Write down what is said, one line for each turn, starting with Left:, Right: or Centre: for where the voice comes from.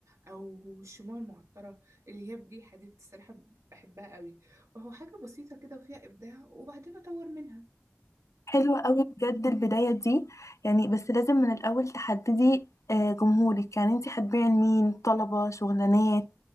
Right: او الشموع المعطره اللي هي بريحه دي بصراحه بحبها قوي وهو حاجه بسيطه كده وفيها ابداع وبعدين اطور منها
Left: حلوة قوي بجد البداية دي يعني بس لازم من الأول تحددي آه، جمهورك يعني انتي هتبيعي لمين طلبة شغلانات